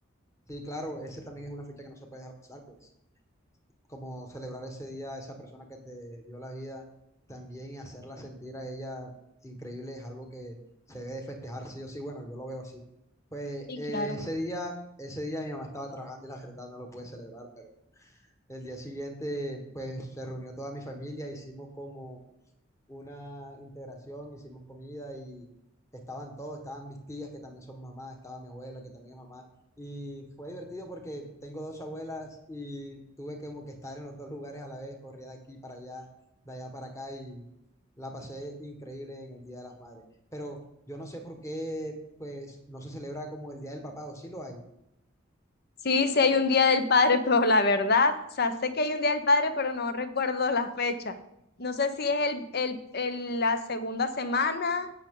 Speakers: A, on the left; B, on the left.
A: Sí, claro, ese también es una fecha que no se puede dejar pasar, pues. como celebrar ese día a esa persona que te dio la vida también y hacerla sentir a ella increíble es algo que se debe de festejar sí o sí, bueno, yo lo veo así. Pues
B: Sí,
A: eh,
B: claro.
A: ese día, ese día mi mamá estaba trabajando y la verdad no lo pude celebrar, pero el día siguiente pues se reunió toda mi familia, hicimos como una integración, hicimos comida y estaban todos, estaban mis tías que también son mamás, estaba mi abuela que también es mamá. Y fue divertido porque tengo dos abuelas y tuve como que estar en los dos lugares a la vez, corría de aquí para allá, de allá para acá y la pasé increíble en el Día de las Madres. Pero yo no sé por qué, pues, no se celebra como el Día del Papá o sí lo hay.
B: Sí, sí hay un Día del Padre, <laughs> pero la verdad, o sea, sé que hay un Día del Padre, pero no recuerdo la fecha. No sé si es el, el, el- la segunda semana